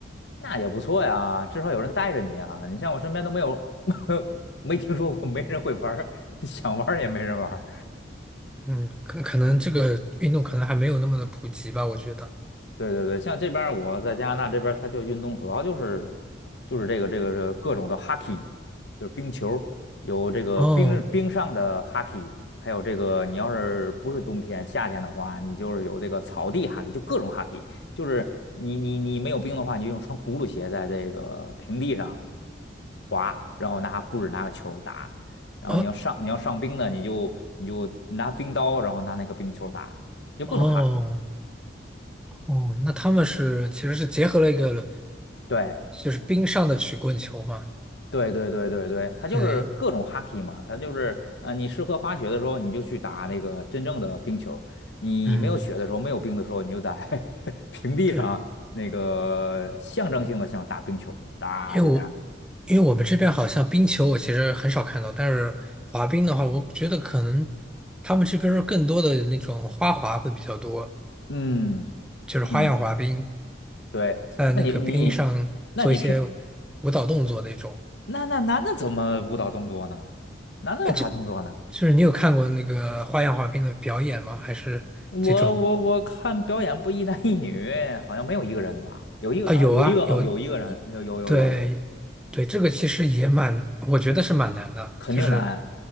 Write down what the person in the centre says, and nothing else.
嗯，可可能这个运动可能还没有那么的普及吧，我觉得。
哦
哦
哦
哦，那他们是其实是结合了一个
就是冰上的曲棍球嘛。
对，
嗯。
对。
因为我因为我们这边好像冰球我其实很少看到，但是滑冰的话，我觉得可能他们这边儿更多的那种花滑会比较多，
就是花样滑冰，
在那个冰上做一些
舞蹈动作那种。
呃，就就是你有看过那个花样滑冰的表演吗？还是这种？
啊，有啊，
有，
对，对，这个其实也蛮，我觉得是蛮难的，
就是。